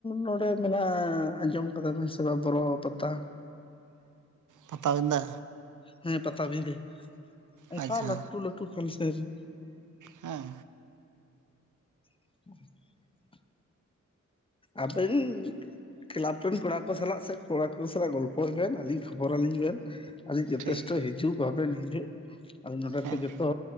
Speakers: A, on the left (about 20°); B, on the right (about 85°).
A: ᱱᱚᱸᱰᱮ ᱢᱮᱱᱟᱜᱼᱟ ᱟᱸᱡᱚᱢ ᱠᱟᱫᱟ ᱵᱮᱱ ᱥᱮᱵᱟ ᱵᱚᱨᱚ ᱯᱟᱛᱟ᱾
B: ᱯᱟᱛᱟᱵᱤᱸᱫᱟᱹ᱾
A: ᱦᱮᱸ ᱯᱟᱛᱟᱵᱤᱸᱫᱟᱹ ᱚᱱᱠᱟ
B: ᱟᱪᱪᱷᱟ
A: ᱞᱟᱹᱴᱩ ᱞᱟᱹᱴᱩ ᱯᱷᱟᱱᱥᱮᱱ ᱨᱮ᱾
B: ᱦᱮᱸ
A: <unintelligible> ᱟᱵᱮᱱ ᱠᱞᱟᱵᱽ ᱨᱮᱱ ᱠᱚᱲᱟ ᱠᱚ ᱥᱟᱞᱟᱜ ᱥᱮ ᱠᱚᱲᱟ ᱠᱚ ᱥᱟᱞᱟᱜ ᱜᱚᱞᱯᱷᱚᱭ ᱵᱮᱱ ᱟᱹᱞᱤᱧ ᱠᱷᱚᱵᱚᱨ ᱟᱹᱞᱤᱧ ᱵᱮᱱ᱾ ᱟᱹᱞᱤᱧ ᱡᱚᱛᱷᱮᱥᱴᱚ
B: ᱴᱷᱤᱠ
A: ᱦᱤᱡᱩᱜ ᱵᱟᱵᱮᱱ ᱦᱤᱡᱩᱜ ᱟᱹᱞᱤᱧ ᱱᱚᱸᱰᱮ
B: ᱦᱮᱸ
A: ᱠᱷᱚᱡ ᱡᱚᱛᱚ